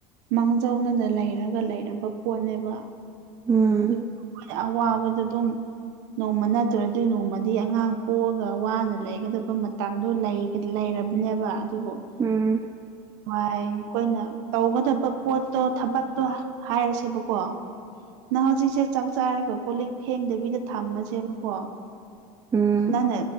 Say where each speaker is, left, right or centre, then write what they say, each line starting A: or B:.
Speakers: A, on the right (about 80°); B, on the right (about 20°).
A: ꯃꯥꯡꯖꯧꯅꯅ ꯂꯩꯔꯒ ꯂꯩꯔꯕ ꯍꯣꯠꯅꯦꯕ
B: ꯎꯝ
A: ꯑꯗꯨꯕꯨ ꯑꯩꯣꯏ ꯑꯋꯥꯕꯗ ꯑꯗꯨꯝ ꯅꯣꯡꯃ ꯅꯠꯇ꯭ꯔ ꯑꯗꯨꯏ ꯅꯣꯡꯃꯗꯤ ꯑꯉꯥꯡ ꯄꯣꯛꯑꯒ ꯋꯥꯅ ꯂꯩꯒꯗꯕ ꯃꯇꯝꯗꯣ ꯂꯩ ꯂꯩꯔꯕꯅꯦꯕ ꯑꯗꯨꯕꯨꯅꯨꯡ
B: ꯎꯝ
A: ꯋꯥꯏ ꯑꯩꯈꯣꯏꯅ ꯇꯧꯒꯗꯕ ꯄꯣꯠꯇꯣ ꯊꯕꯛꯇꯣ ꯍꯥꯏꯔꯁꯦꯕꯀꯣ ꯅꯪ ꯍꯧꯖꯤꯛꯁꯦ ꯆꯥꯛ ꯆꯥꯔꯒ ꯀꯣ ꯂꯤꯛ ꯐꯦꯡꯗꯕꯤꯗ ꯊꯝꯃꯁꯦꯕꯀꯣ
B: ꯎꯝ
A: ꯅꯅ